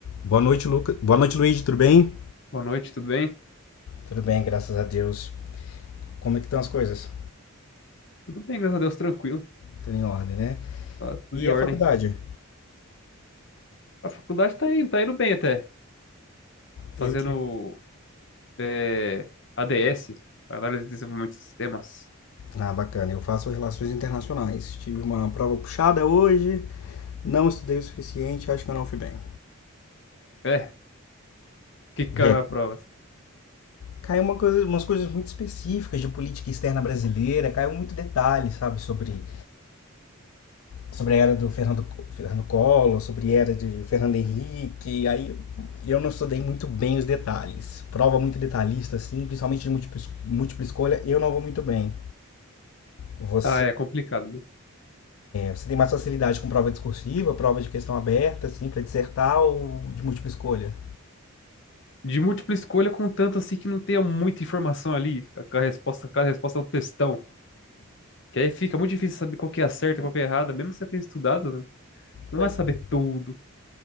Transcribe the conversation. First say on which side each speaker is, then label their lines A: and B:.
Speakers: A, on the left (about 70°); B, on the left (about 55°).
A: Boa noite, Lucas. Boa noite, Luiz, tudo bem?
B: Boa noite, tudo bem?
A: Tudo bem, graças a Deus. Como é que estão as coisas?
B: Tudo bem, graças a Deus, tranquilo.
A: Tudo em ordem, né?
B: Tá tudo
A: E
B: em ordem.
A: a faculdade?
B: A faculdade tá indo, tá indo bem até.
A: Eu
B: Fazendo
A: tive.
B: é, ADS, Análise de Desenvolvimento de Sistemas.
A: Ah, bacana. Eu faço relações internacionais. Tive uma prova puxada hoje, não estudei o suficiente, acho que eu não fui bem.
B: É, que caiu
A: É.
B: na prova.
A: Caiu uma coisa, umas coisas muito específicas de política externa brasileira, caiu muito detalhe, sabe, sobre sobre a era do Fernando, Fernando Collor, sobre a era de Fernando Henrique, aí eu não estudei muito bem os detalhes. Prova muito detalhista, assim, principalmente de múltipla, múltipla escolha, eu não vou muito bem. Você,
B: Ah, é complicado, né?
A: você tem mais facilidade com prova discursiva, prova de questão aberta, assim, para dissertar ou de múltipla escolha?
B: De múltipla escolha, contanto assim que não tenha muita informação ali. A, a resposta, cada resposta é um textão. Que aí fica muito difícil saber qual que é a certa e qual que é a errada. Mesmo que você tenha estudado, né? não
A: Pois
B: vai saber
A: é.
B: tudo.